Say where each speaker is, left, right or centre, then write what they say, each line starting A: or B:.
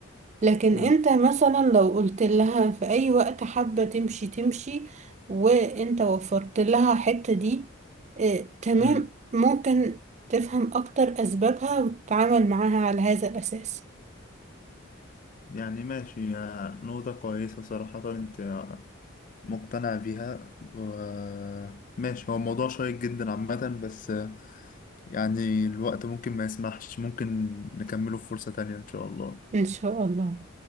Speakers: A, on the right (about 35°); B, on the left (about 40°).
A: لكن
B: امم
A: انت مثلا لو قلت لها في اي وقت حابة تمشي تمشي وانت وفرت لها الحتة دي اه تمام
B: امم
A: ممكن تفهم اكتر اسبابها وتتعامل معاها على هذا الاساس
B: يعني ماشي يا نقطة كويسة صراحة انت مقتنع بيها و- ماشي هو موضوع شيق جدا عامة بس آه، يعني الوقت ممكن ما يسمحش ممكن نكمله في فرصة تانية إن شاء الله
A: ان شاء الله